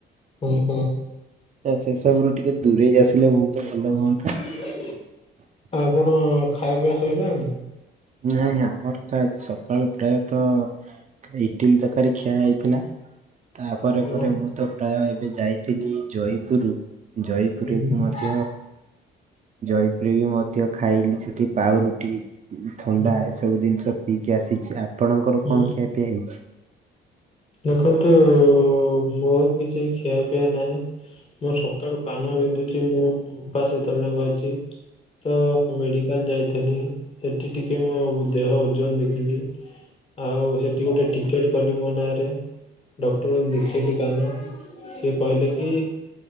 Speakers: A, on the left (about 30°); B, on the right (about 40°).
A: ଉଁ ହୁଁ।
B: ତ ସେ ସବୁରୁ ଟିକେ ଦୂରେଇ ଆସିଲେ ବହୁତ ଭଲ ହୁଅନ୍ତା।
A: <unintelligible> ଆପଣ ଖାଇବା ପିଇବା ଶଇଲାଣି?
B: ନାଇଁ ଆଜ୍ଞା ମୋର ତ ଆଜି ସକାଳୁ ପ୍ରାୟତ ଏ ଇଟିଲି ତରକାରୀ ଖିଆ ହେଇଥିଲା। ତା ପରେ
A: ହୁଁ
B: ପରେ ମୁଁ ତ ପ୍ରାୟ ଏବେ ଯାଇଥିଲି ଜୟପୁର ଜୟପୁରରେ
A: ହୁଁ
B: ବି ମଧ୍ୟ ଜୟପୁରରେ ବି ମଧ୍ୟ ଖାଇଲି ସେଠି ପାଉଁରୁଟି ଥଣ୍ଡା ଏସବୁ ଜିନିଷ ପିଇକି ଆସିଚି ଆପଣଙ୍କର
A: ହୁଁ
B: କଣ ଖିଆ ପିଆ ହେଇଚି?
A: ଦେଖନ୍ତୁ ଓ ମୋର କିଛି ଖିଆ ପିଆ ନାହିଁ। ମୋ ସକାଳୁ କାନ ବିନ୍ଧୁଚି ମୁଁ ଉପାସ ଏତ ବେଳ ଯାଙ୍କେ ଅଛି। ତ ମେଡିକାଲ ଯାଇଥିଲି ସେଠି ଟିକେ ମୋ ଦେହ ଓଜନ ଦେଖିଲି। ଆଉ ସେଠି ଗୋଟେ ଟିକେଟ କଲି ମୋ ନାଁ ରେ ଡକ୍ଟରଙ୍କୁ ଦେଖେଇଲି କାନ। ସିଏ କହିଲେ କି